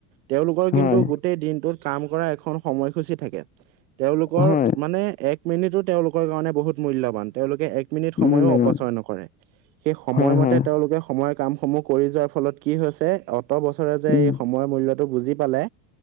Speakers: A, on the right (about 80°); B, on the left (about 20°).
A: তেওঁলোকৰ
B: হয়
A: কিন্তু গো টেই দিনটোত কাম কৰা এখন সময়সূচী থাকে তেওঁলোকৰ
B: হয়
A: মানে এক মিনিটো তেওঁলোকৰ কাৰণে বহুত মূল্যবান তেওঁলোকে এক মিনিট সময়ো
B: মূল্যবান
A: অপচয় নকৰে সেই সময়মতে
B: হয় হয়
A: তেওঁলোকে সময়ৰ কাম সমূহ কৰি যোৱাৰ ফলত কি হৈছে অত বছৰে যে
B: উম
A: এই সময়ত মূল্যটো বুজি পালে